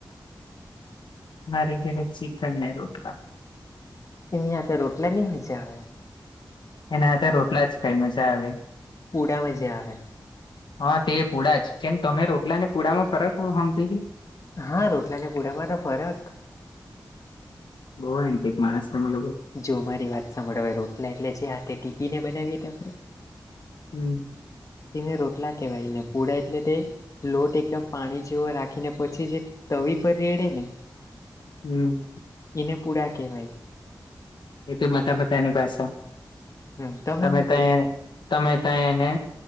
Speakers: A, on the left; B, on the left.
A: મારે ઘરે સીખણ રોટલા
B: એની સાથે રોટલાની મજા આવે
A: એના રોટલા જ કાઈ મજા આવે
B: પૂડા મજાર આવે
A: હા તે પુડા જ કેમ તમે રોકલા ને પુડામાં ફરક બહુ સાંભળેલી
B: હા રોટલાને પુડામાં તો ફરક
A: બહુ એક માણસમાં
B: જો મારી વાત સાભળય રોટલા એટલે જે હાથે ટીપીને બનાવીએ તો આપણે
A: હમ
B: તેને રોટલા કહેવાયને પૂડા એટલે તે લોટ એકદમ પાણી જેવો રાખીને પછી જે તવી પર રેડે ને
A: હમ.
B: એને પૂડા કેહેવાય
A: એટ બધા પતા એની પસા
B: હમ
A: તમે
B: હું
A: ત
B: કે
A: તમે તં એને